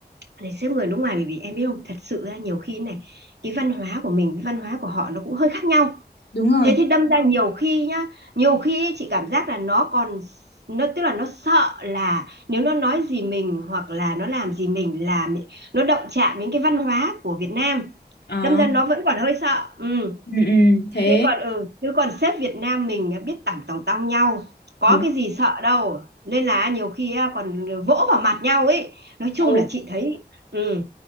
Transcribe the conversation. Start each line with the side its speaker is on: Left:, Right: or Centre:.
Right: để xếp người nước ngoài bởi vì em biết không thật sự ra nhiều khi này cái văn hóa của mình với văn hóa của họ nó cũng hơi khác nhau
Left: Đúng rồi.
Right: thế thì đâm ra nhiều khi nhá nhiều khi ấy, chị cảm giác là nó còn nó tức là nó sợ là nếu nó nói gì mình hoặc là nó làm gì mình là mi- nó động chạm đến cái văn hóa của Việt Nam
Left: Ờ,
Right: đâm ra nó vẫn còn hơi sợ ừ.
Left: ừ, ừ, thế
Right: thế còn ừ chứ còn sếp Việt Nam mình biết tỏng tòng tong nhau có
Left: đúng
Right: cái gì sợ đâu nên là nhiều khi á, còn vỗ vào mặt nhau ấy nói chung
Left: đâu
Right: là chị thấy ừ